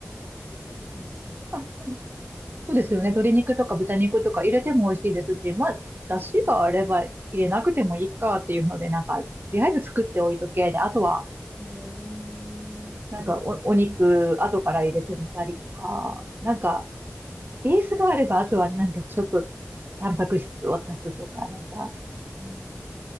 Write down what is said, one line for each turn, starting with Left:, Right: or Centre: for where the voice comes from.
Centre: そうそう。
Right: あ、そうですよね。鶏肉とか豚肉とか入れても美味しいですし、まあ、だしがあれば入れなくてもいいかっていうので、なんか、とりあえず作っておいとけ。で、あとは、
Centre: へえ。
Right: なんかお、お肉、後から入れてみたりとか、なんか、
Centre: うん、
Right: ベースがあれば、あとはなんかちょっと、タンパク質を足すとか、なんか、
Centre: うん。